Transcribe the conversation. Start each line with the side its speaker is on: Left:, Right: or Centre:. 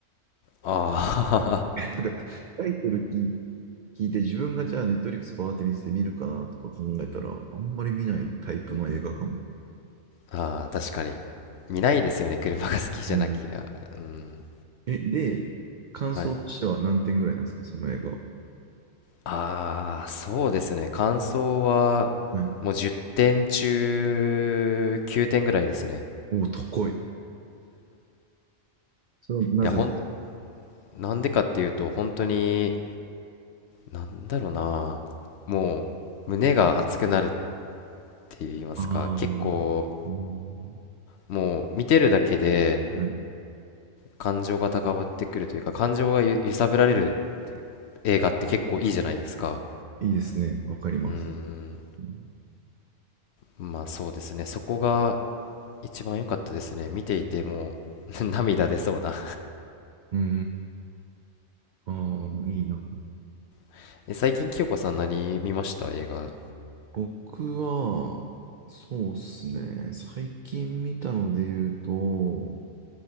Left: ああ <laughs>
Right: <laughs> なんかタイトル聞聞いて、自分がじゃあネットリックスパーって見せて見るかなとか考えたら、あんまり見ないタイプの映画かも。
Left: ああ、確かに。見ないですよね、車が好きじゃなきゃ。
Right: うん。
Left: うん。
Right: え、で、感想としては何点ぐらいなんですか、
Left: はい。
Right: その映画は。
Left: ああ、そうですね。感想は、
Right: はい。
Left: もう10点中9点ぐらいですね。
Right: おお、高い。それはなぜです
Left: いや、ほん、なんでかっていうと、本当に、なんだろうな。もう、胸が熱くなるって言いますか、
Right: かああー、
Left: 結構、
Right: うん。
Left: もう、見てるだけで、
Right: はい。
Left: 感情が高ぶってくるというか、感情がゆ揺さぶられる映画って結構いいじゃないですか。
Right: いいですね。わかります。
Left: うん。
Right: うん。
Left: まあそうですね。そこが一番良かったですね。見ていてもう <laughs> 涙出そうな
Right: ううんうんうんああ、いいな。
Left: <laughs> え、最近清子さん何見ました映画。
Right: 僕は、そうっすね。最近見たので言うと、